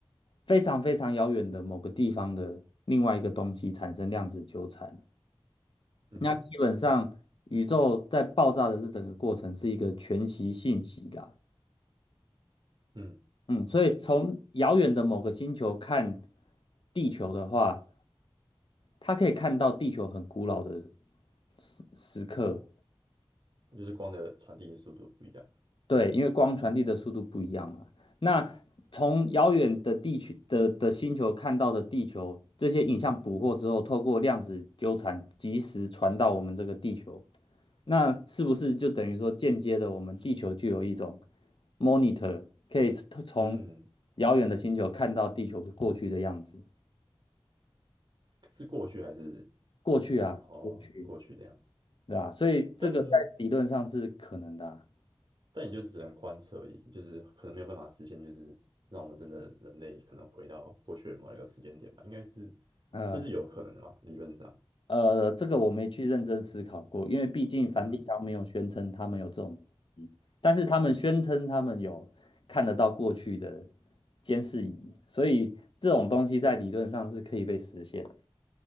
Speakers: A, on the left (about 60°); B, on the right (about 55°).
A: 非常非常遥远的某个地方的另外一个东西产生量子纠缠，
B: 嗯哼，
A: 那基本上，宇宙在爆炸的这整个过程是一个全息信息啦。
B: 嗯，
A: 嗯，所以从遥远的某个星球看地球的话，它可以看到地球很古老的时时刻。
B: 就是光的传递的速度不一样。
A: 对，因为光传递的速度不一样嘛。那从遥远的地区的的星球看到的地球，这些影像捕获之后，透过量子纠缠，及时传到我们这个地球。那是不是就等于说间接的，我们地球就有一种 monitor，可以从
B: 嗯，
A: 遥远的星球看到地球过去的样子？
B: 是过去还是
A: 过去啊，
B: 哦过去的样子？
A: 过去，对吧？所以这个在理论上是可能的啊
B: 但但也就是只能观测而已，就是可能没有办法实现，就是让我们真的人类可能回到过去的某一个时间点吧，应该是
A: 嗯
B: 这是有可能的嘛，理论上，
A: 呃，这个我没去认真思考过，因为毕竟梵蒂冈没有宣称他们有这种
B: 嗯。
A: 但是他们宣称他们有看得到过去的监视仪，所以这种东西在理论上是可以被实现的。